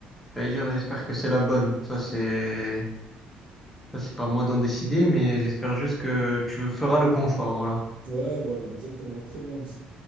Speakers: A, in the centre; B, on the right (about 45°).
A: j'allais dire, j'espère que c'est la bonne. Ça, c'est, ça, c'est pas à moi d'en décider, mais j'espère juste que tu feras le bon choix, voilà.
B: Ouais, voilà, exactement. Très bien dit.